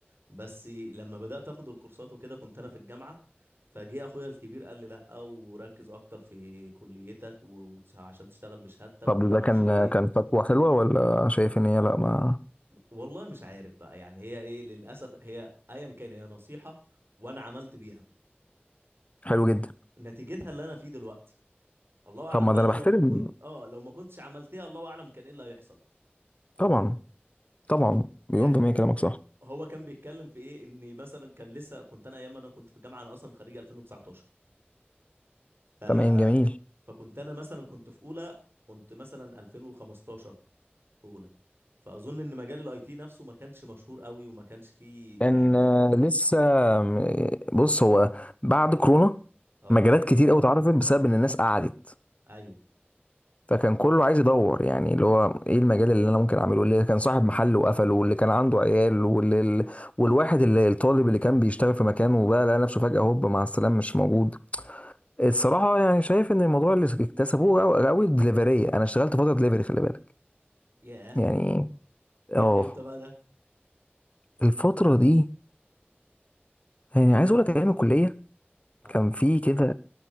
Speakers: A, on the right; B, on the left.
A: بس لما بدات اخد الكورسات وكده كنت انا في الجامعه فجه اخويا الكبير قال لي لا وركز اكتر في كليتك و... وتش- عشان تشتغل بشهادتك
B: طب
A: وما
B: ده
A: اعرفش
B: كان
A: ايه
B: كان خطوه حلوه ولا شايف ان هي لا ما
A: والله مش عارف بقى يعني هي ايه للاسف هي ايا كان هي نصيحه وانا عملت بيها
B: حلو جدا
A: نتيجتها اللي انا فيه دلوقتي الله اعلم
B: طب ما
A: بقى
B: ده انا
A: انا
B: بحترم
A: لو ما كنت اه لو ما كنتش عملتها الله اعلم كان ايه اللي هيحصل
B: طبعا طبعا مليون
A: يعني
B: في المية كلامك
A: إيه-
B: صح
A: هو كان بيتكلم في ايه ان مثلا كان لسه كنت انا ايام ما انا كنت في الجامعه انا اصلا خريج 2019 ف
B: تمام جميل
A: فكنت انا مثلا كنت في اولى كنت مثلا 2015 في اولى فاظن ان مجال الاي تي نفسه ما كانش مشهور قوي وما كانش فيه
B: كان
A: يعني
B: آه، لسه آم، بص هو بعد كورونا
A: اه
B: مجالات كتير قوي اتعرفت بسبب ان الناس قعدت
A: ايوه
B: فكان كله عايز يدور يعني اللي هو ايه المجال اللي انا ممكن اعمله اللي كان صاحب محل وقفله واللي كان عنده عيال واللي ال- والواحد اللي الطالب اللي كان بيشتغل في مكانه وبقى لقى نفسه فجأة هوب مع السلامة مش موجود الصراحة يعني شايف ان الموضوع اللي اكتسبوه قوي الدليفرية انا اشتغلت فترة دليفري خلي بالك
A: ياه
B: يعني
A: كان
B: اه
A: امتى بقى ده
B: الفترة دي يعني عايز اقول لك ايام الكلية
A: اه
B: كان في كده